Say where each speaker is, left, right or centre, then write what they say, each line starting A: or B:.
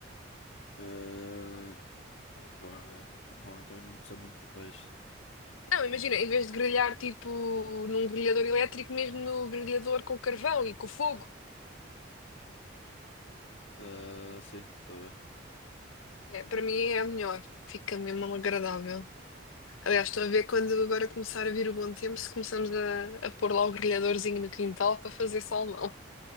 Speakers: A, on the left; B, on the left.
A: Eh, não estou a ver. Pá, eu também não percebo muito de peixe.
B: Não, imagina, em vez de grelhar tipo num grelhador elétrico, mesmo no grelhador com carvão e com fogo,
A: Eh, sim, estou a ver.
B: é, para mim é a melhor. Fica mesmo agradável. Aliás, estou a ver quando agora começar a vir o bom tempo, se começamos a, a pôr lá o grelhadorzinho no quintal para fazer salmão. <laughs>